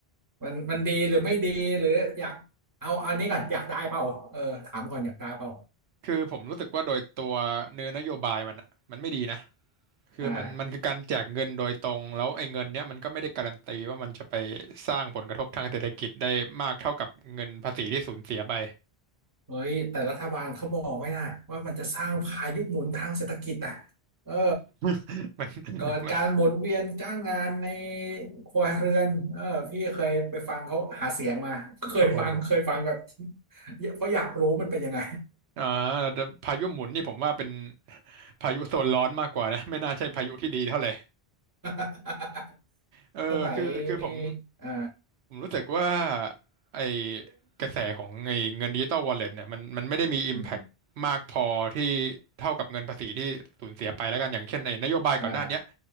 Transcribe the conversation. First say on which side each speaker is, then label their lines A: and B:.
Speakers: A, on the right; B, on the right.
A: มันมันดีหรือไม่ดีหรืออยากเอาอันนี้ก่อนอยากได้เปล่าเออถามก่อนอยากได้เปล่า
B: คือผมรู้สึกว่าโดยตัวเนื้อนโยบายมันอะมันไม่ดีนะคือมันมันคือการแจกเงินโดยตรงแล้วไอ้เงินเนี้ยมันก็ไม่ได้การันตีว่ามันจะไป
A: อ่า
B: สร้างผลกระทบทางเศรษฐกิจได้มากเท่ากับเงินภาษีที่สูญเสียไป
A: เฮ้ยแต่รัฐบาลเขาบอกไว้นะว่ามันจะสร้างพายุหมุนทางเศรษฐกิจอ่ะเออ
B: <laughs> มัน
A: เกิดการหมุนเวียนจ้างงานใน
B: มัน
A: ครัวเรือนเออพี่เคยไปฟังเขาหาเสียงมาเคยฟังเคยฟังแบบ
B: โอ้โห
A: <laughs> เพราะอยากรู้มันเป็นยังไง
B: อ่าแต่พายุหมุนนี่ผมว่าเป็น <laughs> พายุโซนร้อนมากกว่านะไม่น่าใช่พายุที่ดีเท่าไหร่
A: <laughs>
B: เออคือคือผม
A: สมัยอ่า
B: ผมรู้สึกว่าไอ้กระแสของไอ้เงินดิจิตอลวอลเล็ตเนี่ยมันมันไม่ได้มี Impact
A: อืม
B: มากพอที่เท่ากับเงินภาษีที่สูญเสียไปแล้วกันอย่างเช่นไอ้นโยบายก่อนหน้าเนี้ย
A: อ่า